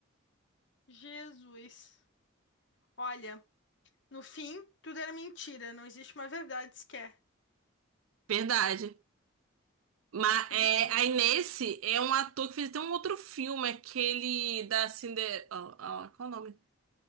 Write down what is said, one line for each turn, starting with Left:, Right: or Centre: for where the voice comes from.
Left: Jesus. Olha, no fim, tudo era mentira, não existe uma verdade sequer.
Right: Verdade. Mas
Left: Que
Right: é,
Left: absurdo.
Right: aí nesse é um ator que fez até um outro filme, aquele da Cinderela. qual é o nome?